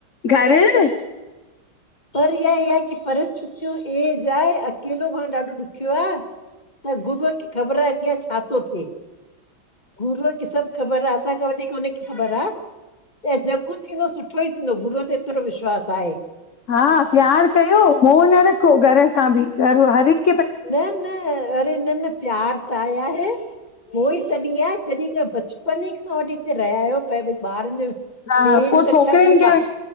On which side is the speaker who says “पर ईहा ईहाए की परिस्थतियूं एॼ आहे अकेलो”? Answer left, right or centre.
Left